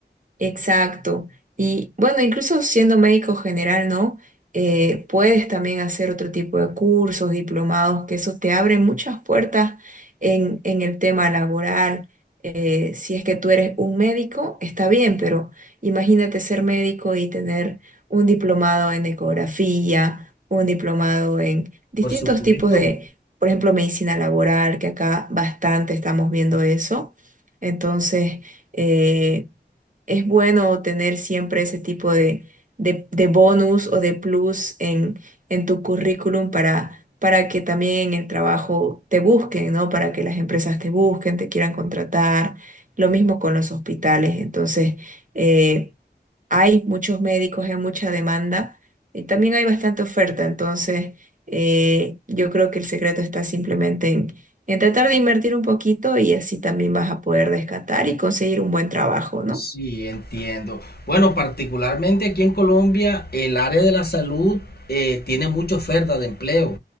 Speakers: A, on the right; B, on the left.
A: Exacto. Y bueno, incluso siendo médico general, ¿no? Eh, puedes también hacer otro tipo de cursos, diplomados, que eso te abre muchas puertas en, en el tema laboral. Eh, si es que tú eres un médico, está bien, pero imagínate ser médico y tener un diplomado en ecografía, un diplomado en distintos
B: por supuesto.
A: tipos de, por ejemplo, medicina laboral, que acá bastante estamos viendo eso. Entonces, eh, es bueno tener siempre ese tipo de, de, de bonus o de plus en, en tu currículum para, para que también en el trabajo te busquen, ¿no? Para que las empresas te busquen, te quieran contratar. Lo mismo con los hospitales. Entonces, eh, hay muchos médicos, hay mucha demanda y también hay bastante oferta. Entonces, eh, yo creo que el secreto está simplemente en, en tratar de invertir un poquito y así también vas a poder rescatar y conseguir un buen trabajo, ¿no?
B: Sí, entiendo. Bueno, particularmente aquí en Colombia, el área de la salud eh, tiene mucha oferta de empleo.